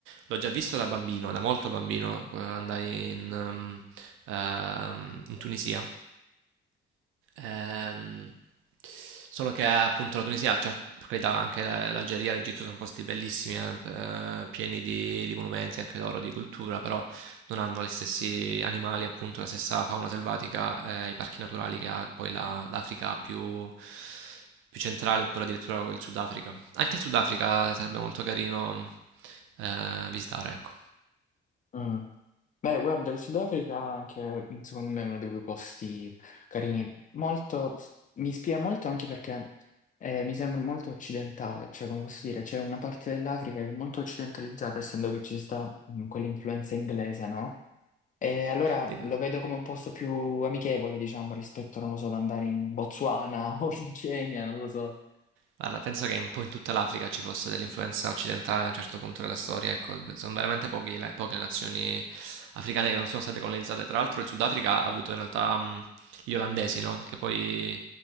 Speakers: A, on the right; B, on the left.
A: l'ho già visto da bambino, da molto bambino, quando andai in, ehm, ehm, in Tunisia. Ehm, solo che appunto la Tunisia, cioè per carità anche la- l'Algeria, l'Egitto sono posti bellissimi, eh, p- eh, pieni di, di monumenti anche loro, di cultura, però non hanno gli stessi animali, appunto, la stessa fauna selvatica, eh, i parchi naturali che ha poi la- l'Africa più, più centrale, oppure addirittura il Sudafrica. Anche il Sudafrica sarebbe molto carino eh, visitare, ecco.
B: Mm. Beh, guarda, il Sudafrica anche, secondo me, è uno dei due posti carini. Molto, mi ispira molto anche perché eh, mi sembra molto occidentale, cioè, come posso dire, c'è una parte dell'Africa che è molto occidentalizzata, essendo che ci sta mm, quell'influenza inglese, no? E allora
A: Sì,
B: lo vedo come un posto più amichevole, diciamo, rispetto, non lo so, ad andare in Botswana <laughs> o in Kenya, non lo so.
A: Guarda, penso che un po' in tutta l'Africa ci fosse dell'influenza occidentale a un certo punto della storia, ecco, sono veramente pochi le- poche le nazioni africane che non sono state colonizzate. Tra l'altro il Sudafrica ha avuto in realtà mh, gli olandesi, no? Che poi